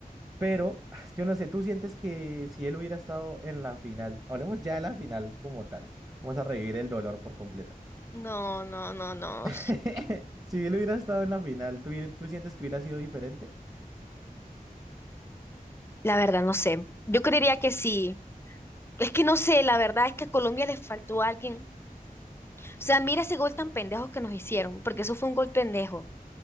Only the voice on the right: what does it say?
Pero, <sighs> yo no sé, ¿tú sientes que si él hubiera estado en la final, hablemos ya de la final como tal, vamos a revivir el dolor por completo.
<laughs> Si él hubiera estado en la final, ¿tú, tú sientes que hubiera sido diferente?